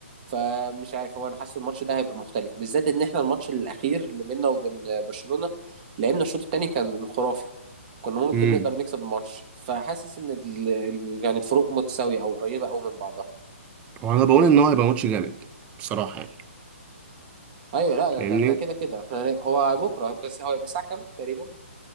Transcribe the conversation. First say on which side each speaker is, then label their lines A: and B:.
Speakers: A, on the right; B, on the right.
A: فمش عارف هو انا حاسه الماتش ده هيبقى مختلف بالذات ان احنا الماتش الاخير اللي بيننا وبين برشلونه لعبنا الشوط الثاني كان خرافي كنا ممكن
B: امم
A: نقدر نكسب الماتش فحاسس ان ال- ال- يعني الفروق متساويه او قريبه قوي من بعضها
B: وانا بقول ان هو هيبقى ماتش جامد بصراحه يعني
A: ايوه لا ده
B: فاهمني
A: ده ده كده كده احنا هو بكره بس هو هيبقى الساعه كام تقريبا